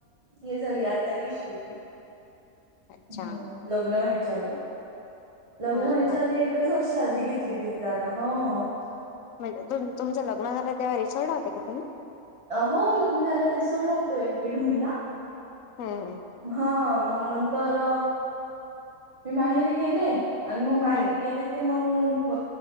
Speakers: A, on the right; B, on the left.
A: हे झाली आता घेतली होती
B: अच्छा
A: हम्म. लग्न व्हायच्या आधी लग्न
B: हो
A: व्हायच्या
B: का
A: आधी. एकच वर्ष आधी घेतली ती जागा हो.
B: म्हणजे तुमचं लग्न झालं तेव्हा रिसॉर्ट होते का तुम्ही?
A: हो लग्न झाल्यावर रिसॉर्टला होतो एक दीड महिना.
B: हम्म हम्म.
A: हा मंग नंतर मी माहेरी गेले आणि मग माहेरी
B: हम्म
A: गेले ते मग